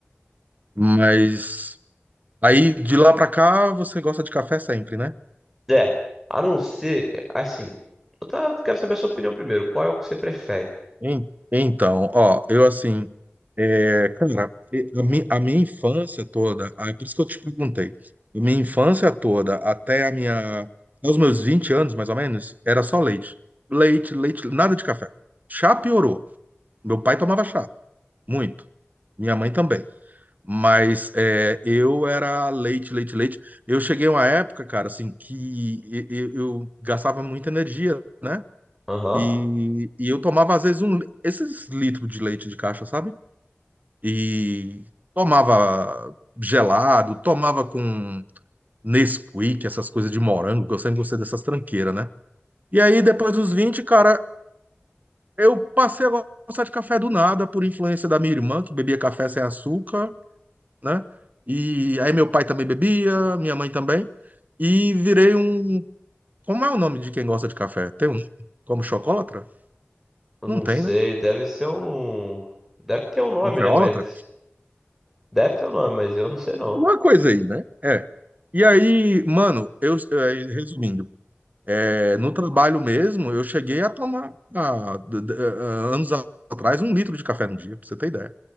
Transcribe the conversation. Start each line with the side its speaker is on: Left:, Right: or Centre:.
Right: Mas aí de lá pra cá você gosta de café sempre, né?
Centre: É, a não ser. Assim. Eu tá- quero saber a sua opinião primeiro. Qual é o que você prefere?
Right: En- Então, ó, eu assim, é, cara, e- a, mi- a minha infância toda, ah, é por isso que eu te perguntei, a minha infância toda, até a minha, aos meus 20 anos, mais ou menos, era só leite. Leite, leite, nada de café. Chá piorou. Meu pai tomava chá, muito. Minha mãe também. Mas é, eu era leite, leite, leite. Eu cheguei a uma época, cara, assim, que e- e- eu, gastava muita energia, né?
Centre: Aham.
Right: E, e eu tomava, às vezes, um, esses litros de leite de caixa, sabe? E tomava gelado, tomava com Nesquik, essas coisas de morango, que eu sempre gostei dessas tranqueiras, né? E aí, depois dos 20 cara, eu passei a gostar de café do nada, por influência da minha irmã, que bebia café sem açúcar, né? E aí, meu pai também bebia, minha mãe também. E virei um. Como é o nome de quem gosta de café? Tem um. Como chocolatra?
Centre: Eu
Right: Não
Centre: não
Right: tem,
Centre: sei.
Right: né?
Centre: Deve ser um. Deve ter um nome,
Right: Cafeólatra?
Centre: né? Mas. Deve ter um nome, mas eu não sei não.
Right: Alguma coisa aí, né? É. E aí, mano, eu, eh, resumindo, eh, no trabalho mesmo, eu cheguei a tomar, ah, d- d- eh, eh, anos a- atrás, um litro de café no dia, pra você ter ideia,